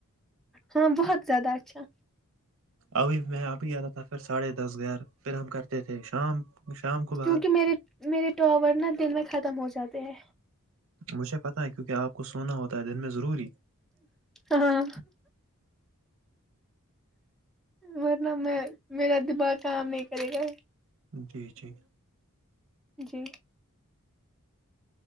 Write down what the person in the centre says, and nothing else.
ہاں بہت زیادہ اچھا
کیونکہ میرے میرے ٹاور نا دن میں ختم ہو جاتے ہیں
ہاں ورنہ میں میرا دماغ کام نہیں کرے گا
جی